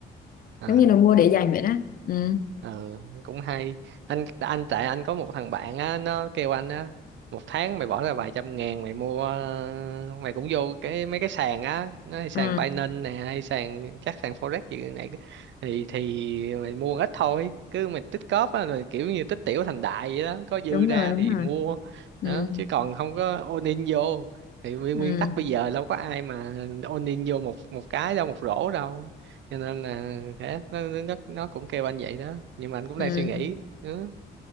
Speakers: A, on the right; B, on the left.
A: À
B: giống như là mua để dành vậy đó ừ.
A: ờ cũng hay anh anh tại anh có một thằng bạn á nó kêu anh á một tháng mày bỏ ra vài trăm ngàn mày mua ờ, mày cũng vô cái mấy cái sàn á nó hay sàn
B: à,
A: Binance nè hay sàn chắc sàn Forex gì này thì thì mày mua ít thôi cứ mày tích cóp á rồi kiểu như tích tiểu thành đại vậy đó có dư
B: đúng
A: ra
B: rồi đúng
A: thì
B: rồi
A: mua
B: ừ.
A: đó chứ còn không có all in vô thì nguyên
B: Ừ.
A: nguyên tắc bây giờ đâu có ai mà all in vô một một cái đâu một rổ đâu cho nên là thế nó nó nó cũng kêu anh vậy đó nhưng mà anh cũng
B: Ừ.
A: đang suy nghĩ ừ,